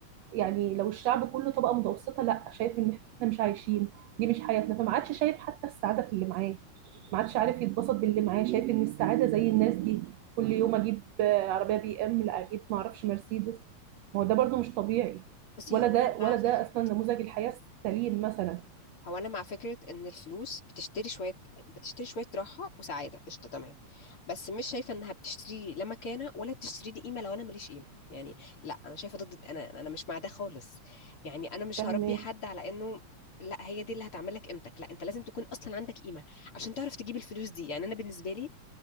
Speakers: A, on the right; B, on the left.
A: يعني لو الشعب كله طبقة متوسطة لا شايف ان احنا مش عايشين دي مش حياتنا فما عادش شايف حتى السعادة في اللي معاه ما عادش عارف يتبسط باللي معاه شايف ان السعاده زي الناس دي كل يوم اجيب آه، عربيه بي ام لا اجيب ما اعرفش مرسيدس ما هو ده برضو مش طبيعي
B: بصي
A: ولا
B: هو
A: ده
B: انا
A: ولا
B: مع فكره
A: ده اصلا نموذج الحياه السليم مثلا
B: هو انا مع فكره ان الفلوس بتشتري شويه بتشتري شويه راحه وسعاده قشطه تمام بس مش شايفه انها بتشتري لي لا مكانه ولا بتشتري لي قيمه لو انا ماليش قيمه يعني لا انا شايفه ضد انا انا مش مع ده خالص يعني انا مش
A: فاهمه
B: هربي حد على انه لا هي دي اللي هتعمل لك قيمتك لا انت لازم تكون اصلا عندك قيمه عشان تعرف تجيب الفلوس دي يعني انا بالنسبه لي